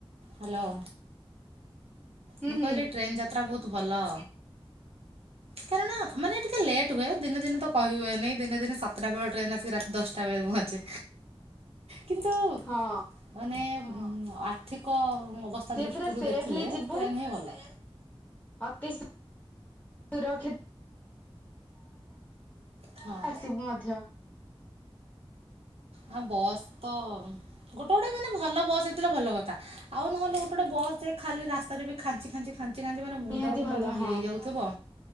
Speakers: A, on the right; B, on the left.
A: ହ୍ୟାଲୋ।
B: ହୁଁ
A: ମୁଁ
B: ହୁଁ
A: କହିଲି ଟ୍ରେନ୍ ଯାତ୍ରା ବହୁତ ଭଲ। କାରଣ ମାନେ ଟିକେ ଲେଟ ହୁଏ ଦିନେ ଦିନ ତ କହିହୁୁଏନି ଦିନେ ଦିନେ ସାତଟା ବେଳେ ଟ୍ରେନ୍ ଆସିକି ରାତି ଦଶଟା ବେଳେ ପହଞ୍ଚେ। କିନ୍ତୁ
B: ହଁ
A: ମାନେ ଆର୍ଥିକ ଅବସ୍ ସ୍ତା
B: ସେ
A: ଦୃଷ୍ଟିରୁ
B: ପୁରା ସେଫଲି
A: ଦେଖିଲେ
B: ଯିବୁ
A: ଟ୍ରେନ ହିଁ ଭଲ।
B: ଅତି ସୁ ରକ୍ଷି
A: ହଁ।
B: ଆସିବୁ ମଧ୍ୟ
A: ଆ ବସ୍ ତ ଗୋଟେ ଗୋଟେ ମାନେ ଭଲ ବସ୍ ହେଇଥିଲେ ଭଲ କଥା ଆଉ ନହେଲେ ଗୋଟେ ଗୋଟେ ବସ ଯେ ଖାଲି ରାସ୍ତାରେ ବି ଖାଞ୍ଚି ଖାିଞ୍ଚି ଖା ଞ୍ଚି ଖାଞ୍ଚି ମାନେ ମୁଣ୍ଡ
B: ନିହାତି
A: ଫୁଣ୍ଡ
B: ଭଲ
A: କଣ
B: ହଁ
A: ହେଇଯାଉଥିବ